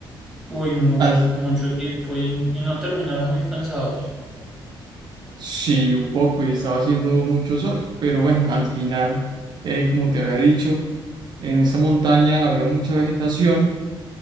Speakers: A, in the centre; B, on the right.
A: Uy, mucho,
B: Al,
A: mucho tiempo y, y no terminaron muy cansados.
B: sí, un poco, y estaba haciendo mucho sol, pero bueno, al final, eh, como te había dicho, en esa montaña había mucha vegetación